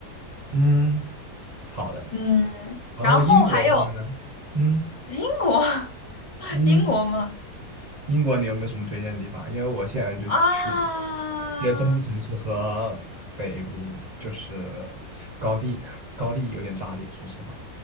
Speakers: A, on the right (about 35°); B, on the left (about 35°).
A: 嗯好的。
B: 嗯，
A: 然后英国的话呢，
B: 然后还有
A: 嗯
B: 英国。<laughs> <laughs>
A: 嗯，
B: 英国吗？
A: 英国你有没有什么推荐的地方？因为我现在就只去过
B: 啊，
A: 一些中部城市和北部，就是高地，高地有点炸裂，说实话。